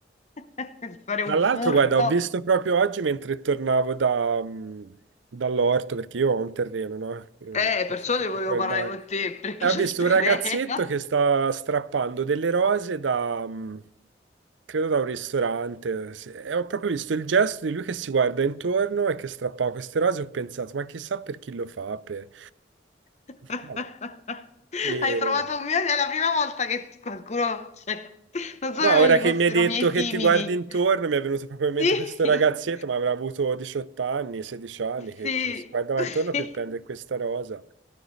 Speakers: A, on the left; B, on the right.
A: <laughs> per fare
B: Tra
A: un
B: l'altro,
A: furto.
B: guarda, ho visto proprio oggi mentre tornavo da, mh, dall'orto, perché io ho un terreno, no? Eh, non
A: Eh,
B: so
A: perciò
B: se tu
A: ne
B: ricordavi.
A: volevo parlare con te perché
B: E ho
A: c'è
B: visto
A: il terreno.
B: un ragazzetto che sta strappando delle rose da, mh, credo da un ristorante, sì. e ho proprio visto il gesto di lui che si guarda intorno e che strappava queste rose, ho pensato, ma chissà per chi lo fa, per...
A: <laughs>
B: Vabbè. E-
A: Hai trovato un mio, è la prima volta che qualcuno, cioè, non sapevo
B: No, ora
A: ci
B: che
A: fossero
B: mi hai detto
A: miei
B: che
A: simili.
B: ti guardi intorno, mi è venuto proprio in mente
A: Sì,
B: questo ragazzetto, ma avrà avuto 18 anni, 16 anni, che,
A: sì,
B: che si guardava
A: sì.
B: intorno per prendere questa rosa.